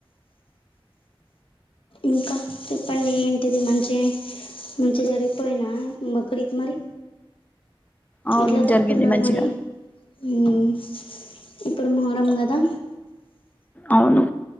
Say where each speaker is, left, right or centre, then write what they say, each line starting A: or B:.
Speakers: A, on the left; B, on the left.
A: ఇంకా చెప్పండి ఏంటిది మంచే మంచి చి జరిగిపోయినా బక్రీద్ మరి
B: అవును
A: ఎట్లా జరుపుకన్నారు
B: జరిగింది మంచిగా
A: మరి ఉమ్ ఇప్పుడు మొహర్రం కదా
B: అవును